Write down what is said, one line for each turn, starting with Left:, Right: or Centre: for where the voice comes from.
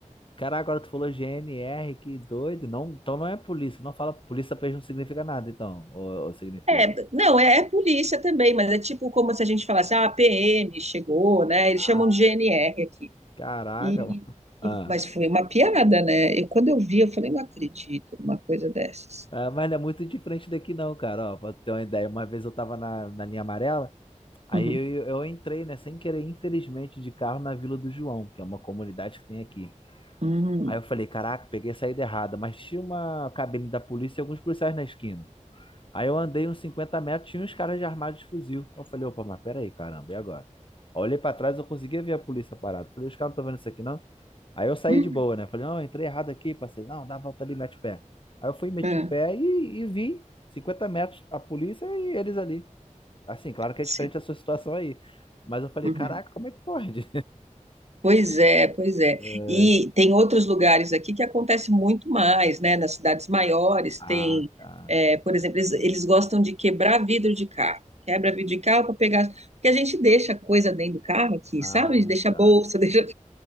Left: Cara, agora tu falou GNR, que doido. Não, então não é polícia. Não fala polícia pra eles não significa nada, então. Ou, ou significa?
Right: É, não, é, é polícia também, mas é tipo como se a gente falasse, ah, a PM chegou, né? Eles
Left: Ah,
Right: chamam de GNR aqui.
Left: caraca,
Right: E,
Left: mano. Ah,
Right: e- mas foi uma piada, né? Eu, quando eu vi, eu falei, não acredito numa coisa dessas.
Left: ah, mas não é muito diferente daqui, não, cara. Ó, pra tu ter uma ideia, uma vez eu tava na, na linha amarela. Aí
Right: Uhum,
Left: eu, eu entrei, né, sem querer, infelizmente, de carro na Vila do João, que é uma comunidade que tem aqui.
Right: uhum,
Left: Aí eu falei, caraca, peguei a saída errada, mas tinha uma cabine da polícia e alguns policiais na esquina. Aí eu andei uns 50 metros, tinha uns caras de armados de fuzil. Eu falei, opa, mas peraí, caramba, e agora? Aí eu Olhei pra trás, eu conseguia ver a polícia parada. Falei, os caras não estão vendo isso aqui, não? Aí eu saí
Right: uhum,
Left: de boa, né? Falei, não, entrei errado aqui, passei, não, dá a volta ali, mete o pé. Aí eu fui, meti
Right: é,
Left: o pé e, e vi 50 metros a polícia e eles ali. Assim, claro que é
Right: sim,
Left: diferente a sua situação aí. Mas eu falei,
Right: uhum.
Left: caraca, como é que pode?
Right: Pois é, pois é.
Left: <laughs> Ai,
Right: E tem outros lugares aqui que acontece muito mais, né? Nas cidades maiores
Left: Ah,
Right: tem,
Left: tá.
Right: é, por exemplo, eles, eles gostam de quebrar vidro de carro. Quebra vidro de carro para pegar. Porque a gente deixa coisa dentro do carro aqui,
Left: Ah,
Right: sabe? A gente Deixa
Left: tá.
Right: bolsa, <laughs> deixa.